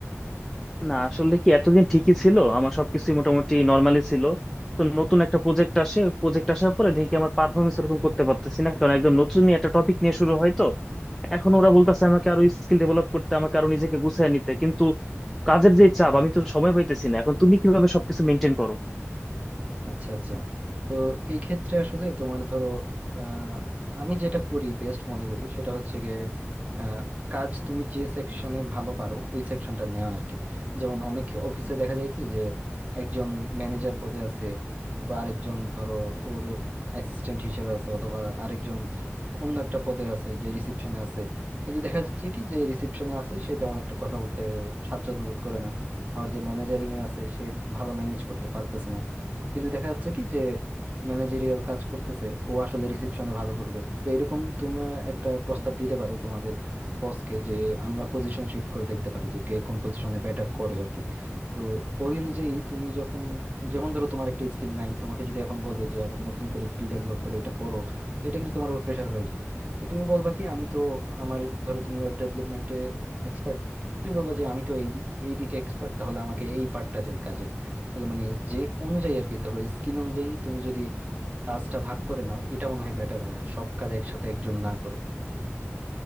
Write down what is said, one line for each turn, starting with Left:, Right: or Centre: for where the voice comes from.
Centre: না আসলে কি এতদিন ঠিকই ছিল আমার সবকিছু মোটামুটি নর্মালি ছিল তো নতুন একটা প্রজেক্ট আসে প্রজেক্ট আসার পরে দেখি আমার পারফরমেন্স এরকম করতে পারতেছি না কারণ একদম নতুন নিয়ে একটা টপিক নিয়ে শুরু হয় তো এখন ওরা বলতেছে আমাকে আরো স্কিল ডেভেলপ করতে আমাকে আরো নিজেকে গুছিয়ে নিতে কিন্তু কাজের যে চাপ আমি তো সময় পাইতেছি না এখন তুমি কিভাবে সবকিছু মেনটেন করো
Right: আচ্ছা আচ্ছা তো এই ক্ষেত্রে আসলে তোমার ধরো আহ, আমি যেটা করি বেস্ট মনে করি সেটা হচ্ছে গিয়ে আহ, কাজ তুমি যে সেকশনে ভালো পারো ওই সেকশনটা নেওয়া আর কি যেমন অনেক অফিসে দেখা যায় কি যে একজন ম্যানেজার পদে আছে বা আরেকজন ধরো ওর অ্যাসিস্ট্যান্ট হিসেবে আছে অথবা আরেকজন অন্য একটা পদে আছে যে রিসিপশনে আছে কিন্তু দেখা যাচ্ছে কি যে রিসিপশনে আছে সে তেমন একটা কথা বলতে স্বাচ্ছন্দ্য বোধ করে না আবার যে ম্যানেজারিং এ আছে সে ভালো ম্যানেজ করতে পারতেছে না কিন্তু দেখা যাচ্ছে কি যে ম্যানেজেরিয়াল কাজ করতেছে ও আসলে রিসেপশনে ভালো করবে তো এরকম তোমরা একটা প্রস্তাব দিতে পারো তোমাদের বসকে যে আমরা পজিশন শিফট করে দেখতে পারি যে কে কোন পজিশনে ব্যাটার করে আর কি তো ওই অনুযায়ী তুমি যখন যেমন ধরো তোমার একটা স্কিল নাই তোমাকে যদি এখন বলে যে আবার নতুন করে স্কিল ডেভেলপ করে এটা করো তো এটা কিন্তু তোমার উপর প্রেশার হয়ে যায় তো তুমি বলবা কি আমি তো আমার ধরো তুমি ওয়েব ডেভেলপমেন্টে এক্সপার্ট তুমি বলবা যে আমি তো এই দি- এই দিকে এক্সপার্ট তাহলে আমাকে এই পার্টটা দিন কাজের। তাহলে মানে যে অনুযায়ী আর কি ধরো স্কিল অনুযায়ী তুমি যদি কাজটা ভাগ করে নাও এটা মনে হয় বেটার হয় আর কি সব কাজ একসাথে একজন না করে